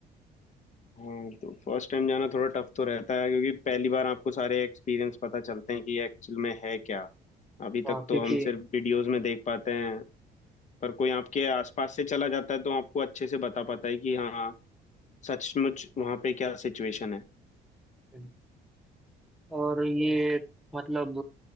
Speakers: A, on the left; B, in the centre.
A: हाँ तो फर्स्ट टाइम जाना थोड़ा टफ तो रहता है क्योंकि पहली बार आपको सारे एक्सपीरियंस पता चलते हैं कि एक्चुअल में है क्या अभी
B: हाँ
A: तक तो
B: क्योंकि
A: हम सिर्फ वीडियोस में देख पाते हैं पर कोई आपके आसपास से चला जाता है तो आपको अच्छे से बता पाता है कि हाँ सचमुच वहाँ पे क्या सिचुएशन है
B: हम्म, और ये मतलब